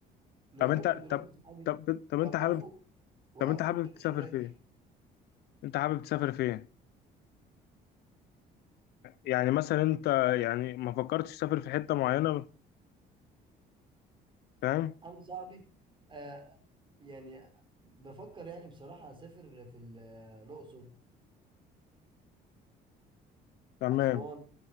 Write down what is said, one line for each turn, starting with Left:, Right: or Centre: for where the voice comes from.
Right: نيويورك
Left: طب انت
Right: دلوقتي
Left: طب
Right: صاحبي
Left: طب طب
Right: وقفوا
Left: انت حابب
Right: وقفوا
Left: طب انت حابب
Right: التأشيرات
Left: تسافر فين
Right: <laughs>
Left: انت حابب تسافر فين يعني مثلا انت يعني ما فكرتش تسافر في حتة معينة فاهم
Right: انا صاحبي آه يعني بفكر يعني بصراحة اسافر في ال- الاقصر
Left: تمام
Right: اسوان